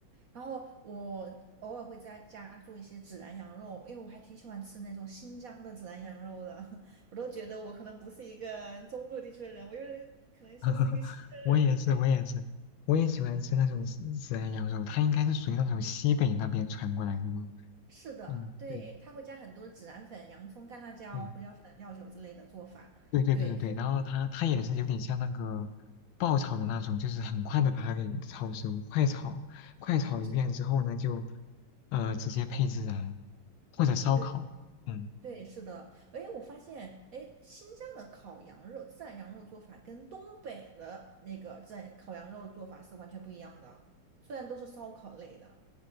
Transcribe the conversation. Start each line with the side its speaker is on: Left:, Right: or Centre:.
Right: 然后我偶尔会在家做一些孜然羊肉，因为我还挺喜欢吃那种新疆的孜然羊肉的。<laughs> 我都觉得我可能不是一个中部地区的人，我有点可能像是一个新疆人。
Left: <laughs> 我也是，
Right: 对，
Left: 我也是，我也喜欢吃那种孜孜然羊肉，它应该是属于那种西北那边传过来的嘛。
Right: 是的，
Left: 嗯，
Right: 对，
Left: 对
Right: 他会加很多孜然粉、洋葱、干辣椒、
Left: 对，
Right: 胡椒粉、料酒之类的做法。
Left: 对对对对对，
Right: 对，
Left: 然后它它也是有点像那个爆炒的那种，就是很快的把它给炒熟，快炒，快炒一遍之后呢，
Right: 是的，
Left: 就呃直接配孜然或者烧烤。
Right: 对，
Left: 嗯，
Right: 对，是的。哎，我发现，哎，新疆的烤羊肉、孜然羊肉做法跟东北的那个孜然烤羊肉做法是完全不一样的，虽然都是烧烤类的。